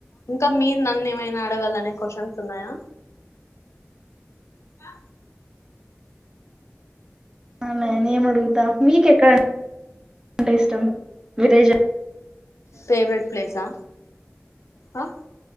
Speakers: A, on the left; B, on the right.
A: ఇంకా మీర్ నన్ను ఏమైనా అడగాలనే క్వశ్చన్స్ ఉన్నాయా వా
B: అ నేన్ అడుగుతా మీకెక్కడ అంటే ఇష్టం విరేజ
A: ఫేవరెట్ ప్లేస్ ఆ ఆ